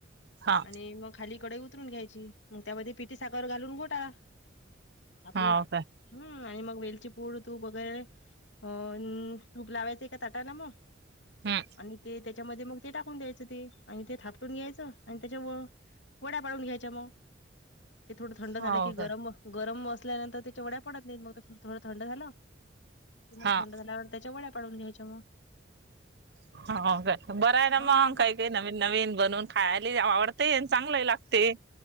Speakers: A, on the right (about 60°); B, on the left (about 75°).
A: हा
B: आणि मग खाली, कडई उतरून घ्याय ची, म त्यामध्ये पिठी साखर, घालून घोटा, आपली.
A: हो काय
B: हम्म आणि मग वेलची पूड, तूप वगैरे, अ तूप लावायचंय, एका ताटाला म
A: हम्म
B: आणि ते, त्याच्यामध्ये मग ते टाकून द्यायचं ते, आणि ते थापटून घ्यायचं आणि त्याच्या व वड्या पाळून घ्यायच्या, म. ते थोडं झालं
A: हो
B: की, गरम,
A: काय
B: गरम असल्यानंतर तेच्या वड्या पडत नही, मग त थोडं झालं कि मग,
A: हा
B: थंड झाल्यावर, त्याच्या वड्या पाडून घ्यायच्या, म.
A: हो का, बरं य ना
B: हां.
A: मग, काही-काही, नवीन-नवीन बनवून, खायाले आवड तेन चांगलंही लागते,